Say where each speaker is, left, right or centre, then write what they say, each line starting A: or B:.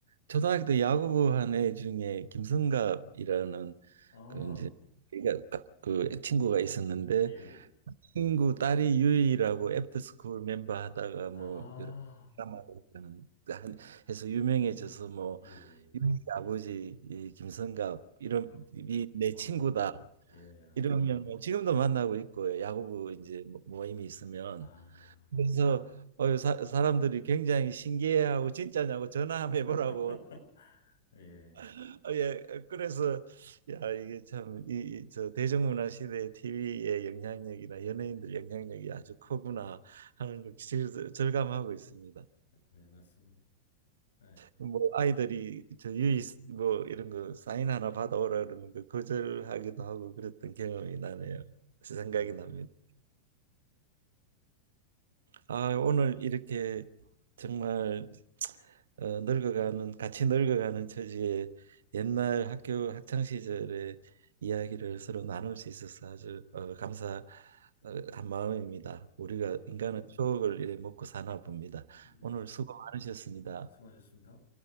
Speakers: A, on the right; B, on the left.
A: 초등학교 때 야구부 한 애 중에 김성갑이라는
B: 아,
A: 그 이제 우리가 가- 그 친구가 있었는데
B: 예, 예.
A: 친구 딸이 유이라고 애프터스쿨 멤버 하다가
B: 아,
A: 뭐 여러 드라마를 하는- 한- 해서 유명해져서 뭐
B: 예, 예.
A: 유이 아버지 이 김성갑 이름이
B: 아,
A: 내
B: 어,
A: 친구다
B: 예,
A: 이러면 뭐 지금도 만나고 있고 야구부 이제 모- 모임이 있으면
B: 아,
A: 그래서 어, 사, 사람들이 굉장히 신기해하고 진짜냐고 전화 한번
B: <laughs>
A: 해보라고
B: 예,
A: <laughs> 어, 예 그래서 야 이게 참이저 대중문화 시대의 TV의 영향력이나 연예인들 영향력이 아주 크구나 하는 걸 질- 절감하고 있습니다.
B: 예, 맞습니다. 네,
A: 뭐 아이들이 저 유이 뭐 이런 거 사인 하나 받아오라 그러는 거 거절하기도 하고 그랬던 경험이 나네요. 생각이
B: 네,
A: 납니다. 아, 오늘 이렇게 정말 어, 늙어가는 같이 늙어가는 처지에 옛날 학교 학창 시절의 이야기를 서로 나눌 수 있어서 아주 어, 감사한 마음입니다. 우리가
B: 네,
A: 인간은 추억을 이래 먹고 사나 봅니다.
B: 네,
A: 오늘 수고 많으셨습니다.
B: 네, 수고하셨습니다.